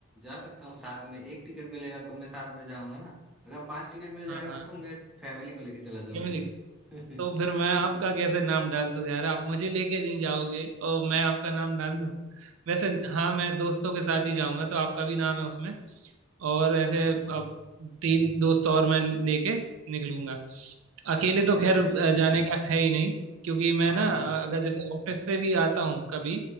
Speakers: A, in the centre; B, on the right.
A: जा सकता हूँ साथ में एक टिकट मिलेगा तो मैं साथ में जाऊंगा ना अगर पांच टिकट मिल जाएगा
B: हाँ हाँ
A: तो मैं फैमिली को लेके चला जाऊंगा
B: फैमिली
A: <laughs>
B: तो फिर मैं आपका कैसे नाम डाल दूं यार आप मुझे लेके नहीं जाओगे और मैं आपका नाम डाल दूं वैसे हाँ मैं दोस्तों के साथ ही जाऊंगा तो आपका भी नाम है उसमें और ऐसे
A: हाँ
B: अब तीन दोस्त और मैं लेके निकलूंगा अकेले
A: हाँ
B: तो
A: वैसे
B: खैर अ, जाने का है ही नहीं क्योंकि
A: हाँ
B: मैं ना अ, अगर जैसे ऑफिस से भी आता हूँ कभी